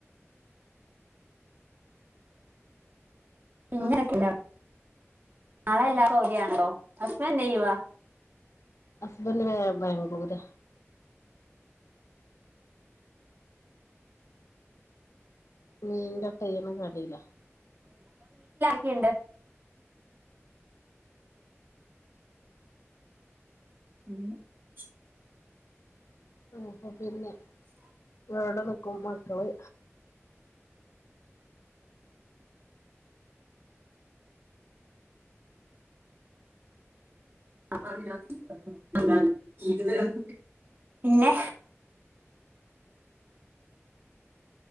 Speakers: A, on the right; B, on the left.
A: <unintelligible> നാളെ എല്ലാർക്കും അവധി ആണല്ലോ ഹസ്ബൻഡ് എന്ത് ചെയ്യുവാ
B: ഹസ്ബൻഡ് ബാംഗ്ലൂരാ <inaudible> <unintelligible> കടയില
A: ലാരൊക്കെയുണ്ട് <inaudible>
B: <unintelligible> പിന്നെ <unintelligible> മക്കള്
A: <unintelligible> <unintelligible> പിന്നെ